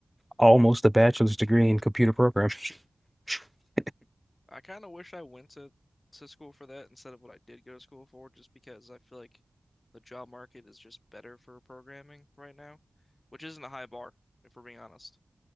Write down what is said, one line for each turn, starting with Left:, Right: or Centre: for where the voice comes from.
Centre: almost a bachelor's degree in computer programming. <laughs>
Left: I kind of wish I went to to school for that instead of what I did go to school for, just because I feel like the job market is just better for programming right now, which isn't a high bar, if we're being honest.